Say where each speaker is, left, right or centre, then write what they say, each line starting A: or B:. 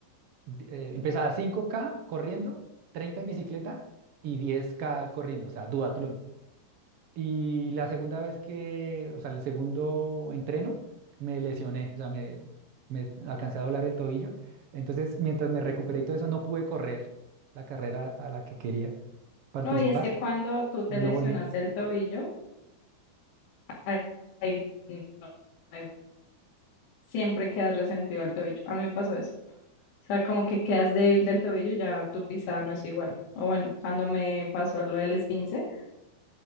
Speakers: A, on the right; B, on the left.
A: di- eh, empezaba cinco k corriendo, 30 en
B: sí.
A: bicicleta y diez k corriendo, o sea, duatlón. Y la segunda vez que, o sea, en el segundo entreno, me lesioné, o sea, me, me alcancé a doblar el tobillo. Entonces, mientras me recuperé y todo eso, no pude correr la carrera a la que quería No participar
B: No, y es que cuando tú te
A: y
B: lesionas
A: no volví.
B: el tobillo, ahí- ahí no hay- siempre quedas resentido el tobillo. A mí me pasó eso. O sea, como que quedas débil del tobillo, ya tu pisada no es igual. O bueno, cuando me pasó lo del esguince,